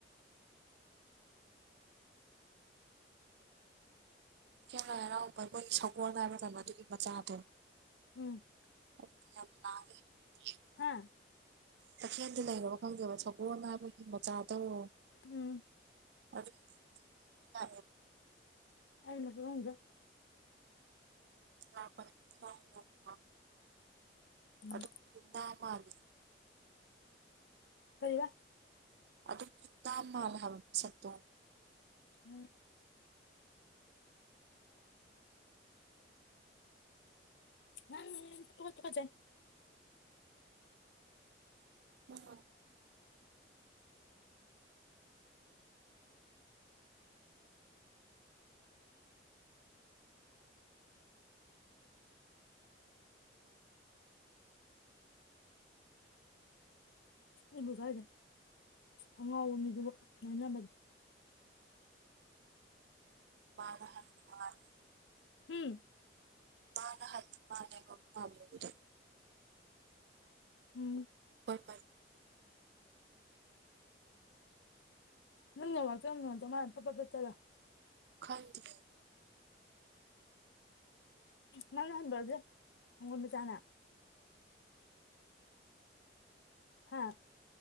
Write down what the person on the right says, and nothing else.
ꯆꯦꯡ ꯂꯥꯏ ꯍꯔꯥꯎꯕ ꯑꯩꯈꯣꯏꯒꯤ ꯁꯒꯣꯜ ꯍꯥꯏꯕ꯭꯭ꯔꯥ ꯀꯩꯅꯣ ꯑꯗꯨꯒꯤ ꯃꯆꯥꯗꯣ
ꯀꯨꯛꯇꯤ ꯌꯥꯝ ꯂꯥꯎꯋꯦ ꯇꯦ
ꯇꯈꯦꯜꯗ ꯂꯩꯔꯕ ꯈꯪꯗꯦꯕ ꯁꯒꯣꯜ ꯍꯥꯏꯕꯒꯤ ꯃꯆꯥꯗꯧ
ꯑꯗꯨ <unintelligible>
ꯂꯥꯛꯄꯅꯦ <unintelligible>
ꯑꯗꯨ ꯄꯤꯇꯥ ꯃꯥꯜꯂꯦ
ꯑꯗꯨꯛ ꯇꯥ ꯃꯥꯜꯂꯦ ꯍꯥꯏꯕ ꯃꯤꯁꯛꯇꯣ
<unintelligible>
ꯃꯥꯅ ꯍꯟꯃꯥꯜꯂꯤ
ꯃꯥꯅ ꯍꯟ ꯃꯥꯜꯂꯦꯕ ꯃꯥꯟꯕꯕꯨꯗꯤ
<unintelligible>
ꯈꯪꯗꯤꯌꯦ